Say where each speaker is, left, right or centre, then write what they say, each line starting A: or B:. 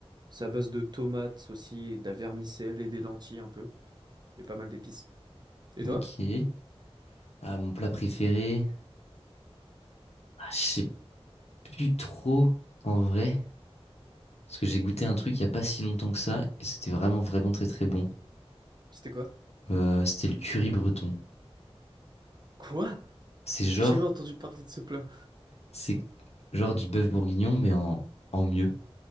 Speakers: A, on the right; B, on the left.
A: c'est à base de tomates aussi, et de la vermicelle et des lentilles un peu, et pas mal d'épices. Et
B: Ok.
A: toi?
B: Ah, mon plat préféré. Ah, je sais plus trop en vrai. Parce que j'ai goûté un truc il y a pas si longtemps que ça. Et c'était vraiment, vraiment très, très bon.
A: C'était quoi?
B: Euh, c'était le curry breton.
A: Quoi?
B: C'est genre,
A: J'ai jamais entendu parler de ce plat.
B: c'est genre du bœuf bourguignon, mais en, en mieux.